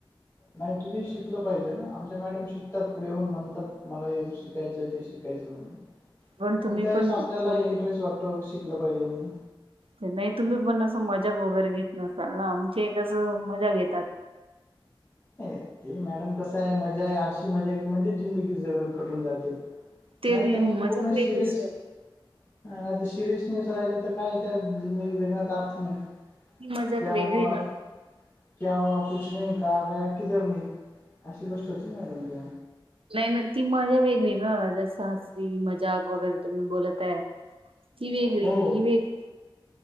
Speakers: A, on the left; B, on the right.
A: नाही. तुम्ही शिकल पाहिजे ना, आमच्या मॅडम शिकतात पुढे होऊन. म्हणतात मला हे शिकायचं ते शिकायचं शिकयच म्हणून
B: पण तुम्ही
A: मग त्यावेळेस
B: पण
A: आपल्याला
B: करू
A: इंटरेस्ट
B: दे
A: वाटतो, शिकलं पाहिजे म्हणून
B: नाही...... तुम्ही पण असं मजाक वगैरे घेत नसाल ना, आमचे हे कस असं मजा घेतात
A: नाही ते मॅडम कस आहे मजा आहे अशी मजा हाय कि म्हणजेच जिंदगी सगळ कटाळुन जाते
B: ते
A: नाही तर मग
B: मजाक
A: पूर्ण
B: वेगळी
A: सिरीस
B: सर
A: आणि आता सिरियस न्यूस राहिले तर काय त्या जिंदगी जगण्याचा अर्थ नाही
B: ही मजाक
A: क्या
B: वेगळी
A: हुआ
B: हाय ना
A: क्या हुवा? कुछ नही, कहा गया?. किधर नही, अशी गोष्ट होती मॅडम ती
B: नाही- नाही, ती मजा वेगळी ग जसा हासी मजाक वगैरे तुम्ही बोलत आहे ती वेगळी
A: हो
B: ही वेगळी